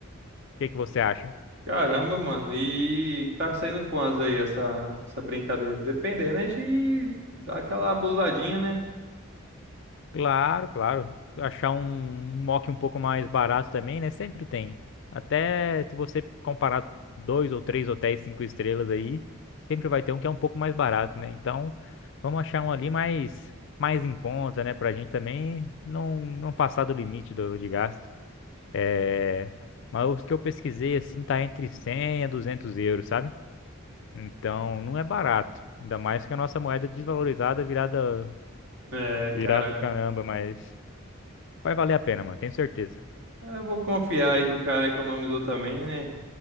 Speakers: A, on the left (about 60°); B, on the right (about 55°).
A: que que você acha?
B: Caramba, mano. E tá saindo quantas aí essa, essa brincadeira? Dependendo, a gente dá aquela abusadinha, né?
A: Claro, claro. Achar um um mock um pouco mais barato também, né? Sempre tem. Até se você comparar dois ou três hotéis cinco estrelas aí, sempre vai ter um que é um pouco mais barato, né? Então, vamos achar um ali mais mais em conta, né? Pra gente também não não passar do limite do, de gasto. É... Mas os que eu pesquisei, assim, tá entre 100 a 200 euros, sabe? Então, não é barato. Ainda mais que a nossa moeda desvalorizada virada...
B: É,
A: Virado
B: cara.
A: caramba, mas Vai valer a pena, mano, tenho certeza.
B: Eu vou confiar aí que o cara economizou também, né?